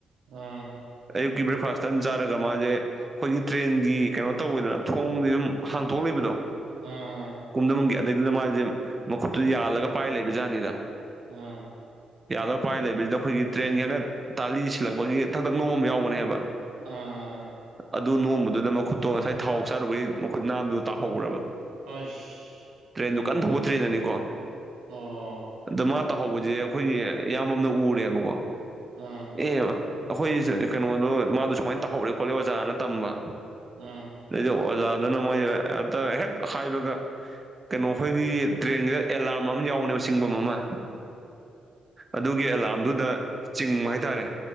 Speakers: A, on the right (about 80°); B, on the right (about 20°).
A: ꯎꯝ
B: ꯑꯌꯨꯛꯀꯤ ꯕ꯭ꯔꯦꯛꯐꯥꯁ ꯇꯟ ꯆꯥꯔꯒ ꯃꯥꯖꯦ ꯈꯣꯏꯒꯤ ꯇ꯭ꯔꯦꯟꯒꯤ ꯀꯩꯅꯣ ꯇꯧꯋꯤꯗꯅ ꯊꯣꯡꯗꯤ ꯗꯨꯝ ꯍꯥꯡꯇꯣꯛ ꯂꯩꯕꯗꯣ
A: ꯑꯥ
B: ꯀꯨꯝꯗꯕꯝꯒꯤ ꯑꯗꯩꯗꯨꯗ ꯃꯥꯖꯤꯝ ꯃꯈꯨꯠꯇꯨ ꯌꯥꯜꯂꯒ ꯄꯥꯏ ꯂꯩꯕꯖꯥꯠꯅꯤꯗ
A: ꯎꯝ
B: ꯌꯥꯜꯂ ꯄꯥꯏ ꯂꯩꯕꯁꯤꯗ ꯑꯩꯈꯣꯏꯒꯤ ꯇ꯭ꯔꯦꯟꯒꯤ ꯍꯥꯏꯅ ꯇꯥꯂꯤ ꯁꯤꯜꯂꯛꯄꯒꯤ ꯊꯛꯊꯛ ꯅꯣꯝꯕ ꯑꯃ ꯌꯥꯎꯕꯅꯦꯕ
A: ꯑꯥ
B: ꯑꯗꯨ ꯅꯣꯝꯕꯗꯨꯗ ꯃꯈꯨꯠꯇꯣ ꯉꯁꯥꯏ ꯊꯥꯎ ꯆꯥꯔꯨꯕꯒꯤ ꯃꯈꯨꯠ ꯅꯥꯟꯕꯗꯨꯗ ꯇꯥꯍꯧꯔꯕ
A: ꯑꯁ
B: ꯇ꯭ꯔꯦꯟꯗꯨ ꯀꯟ ꯊꯧꯒꯠꯇ꯭ꯔꯤꯗꯅꯤꯀꯣ
A: ꯑꯣ
B: ꯑꯗꯨ ꯃꯥ ꯇꯥꯍꯧꯕꯖꯦ ꯑꯩꯈꯣꯏꯒꯤ ꯏꯌꯥꯝꯕ ꯑꯝꯅ ꯎꯔꯦꯕꯀꯣ
A: ꯑꯥ
B: ꯑꯦ ꯑꯩꯈꯣꯏ ꯀꯩꯅꯣꯗꯣ ꯃꯥꯗꯣ ꯁꯨꯃꯥꯏ ꯇꯧꯍꯧꯔꯦ ꯈꯣꯠꯂꯦ ꯑꯣꯖꯥꯅ ꯇꯝꯕ
A: ꯎꯝ
B: ꯗꯩꯗ ꯑꯣꯖꯥꯗꯨꯅ ꯃꯣꯏ ꯑꯠꯇ ꯍꯦꯛ ꯍꯥꯏꯕꯒ ꯀꯩꯅꯣ ꯑꯩꯈꯣꯏꯒꯤ ꯇ꯭ꯔꯦꯟꯁꯦ ꯑꯦꯂꯥꯔꯝ ꯑꯃ ꯌꯥꯎꯕꯅꯦꯕ ꯆꯤꯡꯕꯝ ꯑꯃ ꯑꯗꯨꯒꯤ ꯑꯦꯂꯥꯔꯝꯗꯨꯗ ꯆꯤꯡꯕ ꯍꯥꯏꯇꯥꯔꯦ